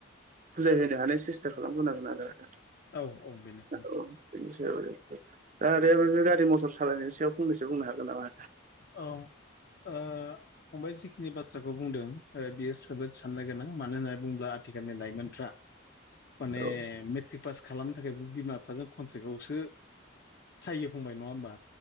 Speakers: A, on the right; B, on the left.
A: <unintelligible> होनो हानाय सेस्था खालामग्रोनांगोन आरो
B: औ औ बेनो
A: औ बेनि सायावनो दा आदायाबो बे गारि मथर सालायनायनि सायाव फंनैसो बुंनो हागोन नामा
B: औ ओ फंबाय जिखिनि बाथ्राखौ बुंदों ओ बियो जोबोद साननो गोनां मानो होननानै बुङोब्ला आथिखालनि लाइमोनफ्रा
A: <inaudible>
B: माने
A: औ
B: मि ट्रि पास खालामनो थाखायबो बिमा बिफाजों कन्ट्रेक्टआवसो थायो फंबाय नङा होमबा